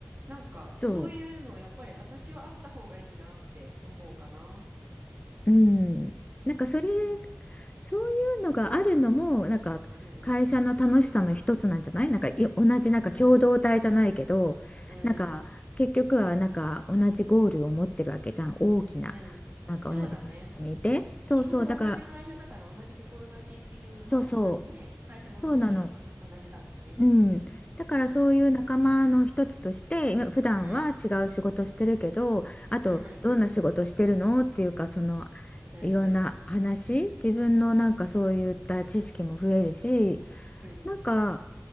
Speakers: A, on the right; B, on the left.
A: なんかそういうのやっぱり私はあった方がいいなって思うかな。
B: そう。うん、なんかそれ、
A: うん。
B: そういうのがあるのも、なんか会社の楽しさの一つなんじゃないなんかい同じなんか共同体じゃないけど、
A: うんうん。うん。うん。
B: なんか結局はなんか同じゴールを持ってるわけじゃん、大きな。
A: うん。
B: なんか同じ会社にいて。
A: そうだね。
B: そうそう、
A: 基本同じ会社だから同じ志っていう、
B: だから、そうそう、
A: まあ同じね、会社のためにってのは同じだもんね。
B: そうなの。うん、だからそういう仲間の一つとして今普段は違う仕事してるけどあとどんな仕事してるのっていうかその
A: うん。うん。うんうんうん。うんうん。
B: いろんな話自分のなんかそういった知識も増えるし
A: うん。うん。
B: なんか、